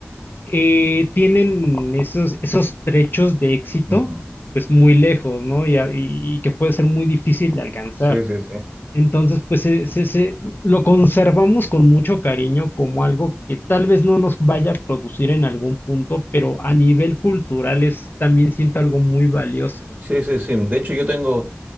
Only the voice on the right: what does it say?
ujú.
Sí, sí, sí.
Sí, sí, sí. De hecho, yo tengo,